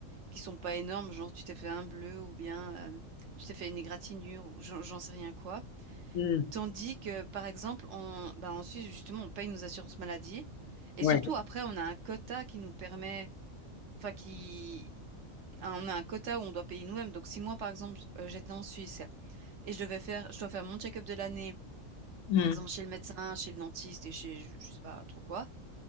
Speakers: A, on the right; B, on the left.
A: qui sont pas énormes, genre tu t'es fait un bleu ou bien euh, tu t'es fait une égratignure ou j'en j'en sais rien quoi.
B: hmm.
A: Tandis que, par exemple, on, bah, en Suisse, justement, on paye nos assurances maladie. Et
B: Ouais.
A: surtout, après, on a un quota qui nous permet, enfin, qui, un- on a un quota où on doit payer nous-mêmes. Donc, si moi, par exemple, euh, j'étais en Suisse et je devais faire, je dois faire mon check-up de l'année,
B: Hmm,
A: par exemple chez le médecin, chez le dentiste et chez je, je sais pas trop quoi.